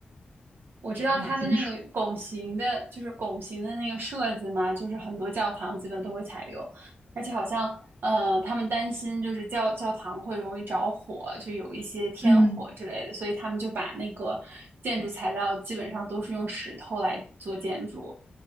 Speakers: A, on the right; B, on the right.
A: 我知道它的那个拱形的，
B: 我罗马建筑。
A: 就是拱形的那个设计嘛，就是很多教堂基本都会采用，而且好像呃，他们担心就是教教堂会容易着火，就有一些天火之类的，
B: 嗯，
A: 所以他们就把那个建筑材料基本上都是用石头来做建筑，